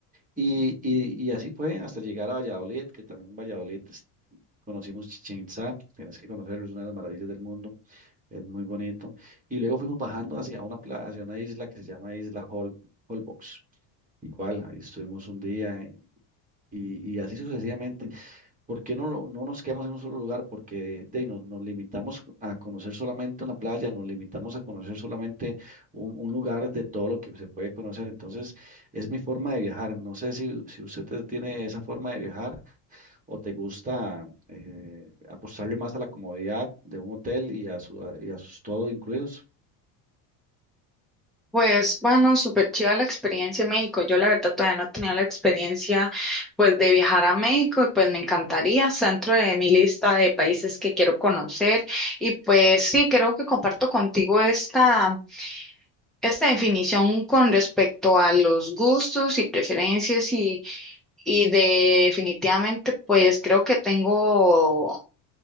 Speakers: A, on the right (about 15°); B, in the centre.
A: y, y, y así fue hasta llegar a Valladolid, que también en Valladolid es- conocimos Chichén Itzá, tienes que conocerlo, es una de las maravillas del mundo, es muy bonito, y luego fuimos bajando hacia una, pla- hacia una isla que se llama Isla Hol Holbox. Igual, ahí estuvimos un día, y, y así sucesivamente. ¿Por qué no, lo- no nos quedamos en un solo lugar? Porque de, ahí, no- nos, limitamos a conocer solamente una playa, nos limitamos a conocer solamente un, un lugar de todo lo que se puede conocer. Entonces, es mi forma de viajar. No sé si, si usted te- tiene esa forma de viajar o te gusta eh, apostarle más a la comodidad de un hotel y a, su, y a sus todo incluidos.
B: Pues, bueno, súper chida la experiencia en México. Yo la verdad todavía no he tenido la experiencia, pues, de viajar a México y pues me encantaría, está dentro de mi lista de países que quiero conocer. Y pues sí, creo que comparto contigo esta, esta definición con respecto a los gustos y preferencias y, y definitivamente, pues, creo que tengo